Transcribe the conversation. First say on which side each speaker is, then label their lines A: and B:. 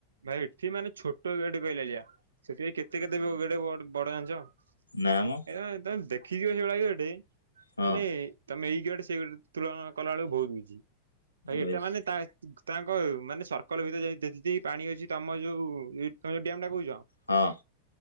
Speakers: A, on the right; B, on the left.
A: ଭାଇ ଏଠି ମାନେ ଛୋଟ ଗେଟ କହିଲା ଭଳିଆ ସେଥିପାଇଁ କେତେ କେତେ ଗେଟ ବଡ଼ ମାନେ ଜାଣିଛ ନା?
B: ନାଁ ମଁ।
A: ତମେ ତମେ ଦେଖିଯିବ ସେଇଭାଳିଆ ଗଟେ
B: ହଁ
A: ମାନେ ତମେ ଏଇ ଗଟେ ସେଇ ଗଟେ ତୁଳନା କଲା ବେଳକୁ ବହୁତ ହଉଚି ଭାଇ
B: ବେଶ
A: ଏଟା ମାନେ ତା ତାଙ୍କ ମାନେ ସର୍କଲ ଭିତରେ ଯଦି ପାଣି ଅଛି ତମ ଯୋଉ ତ ଯୋଉ ଡ୍ୟାମ ଟା କହୁଛ।
B: ହଁ।